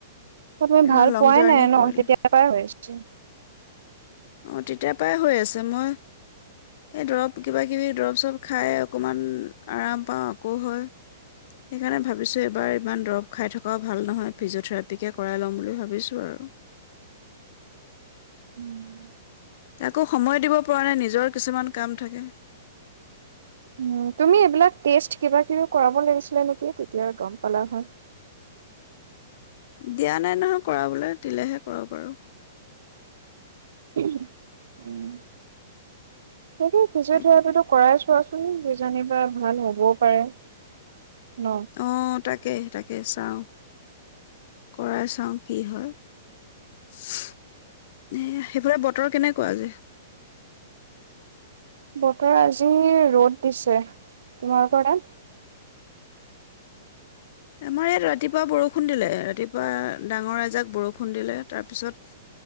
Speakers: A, on the right; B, on the left.
A: অ' তুমি
B: ইমান
A: ভাল
B: লং
A: পোৱাই
B: জাৰ্ণি
A: নাই ন
B: কৰিলো
A: তেতিয়া পৰাই হৈ আছে। উম।
B: অহ' তেতিয়াৰ পৰাই হৈ আছে, মই সেই দৰৱ, কিবাকিবি দৰৱ চৰব খাই অকণমান আৰাম পাওঁ, আকৌ হয়, সেইকাৰণে ভাবিছোঁ, এবাৰ ইমান দৰৱ খাই থকাও ভাল নহয়, ফিজিঅ'থেৰাপিকে কৰাই ল'ম বুলি ভাবিছোঁ আৰু
A: উম।
B: কাকো সময় দিব পৰা নাই, নিজৰ কিছুমান কাম থাকে।
A: উম, তুমি এইবিলাক টেষ্ট কিবাকিবি কৰাব লাগিছিলে নেকি, তেতিয়া গ'ম পালা হয়।
B: দিয়া নাই নহয় কৰাবলৈ, দিলেহে কৰাব পাৰোঁ।
A: উম। সেইে ফিজিঅ'থেৰাপীটো
B: তাকে
A: কৰাই চোৱাচোন। উম, কিজানিবা ভাল হ'বও পাৰে। ন।
B: অহ' তাকেহে তাকে তাকে চাওঁ। কৰাই চাওঁ কি হয়? <unintelligible> এহ সেইফালে বতৰ কেনেকুৱা কোৰা যায়।
A: বতৰ আজি ৰ'দ দিছে তোমালোকৰ তাত?
B: আমাৰ ইয়াত ৰাতিপুৱা বৰষুণ দিলে ৰাতিপুৱা ডাঙৰ এজাক বৰষুণ দিলে। তাৰপিছত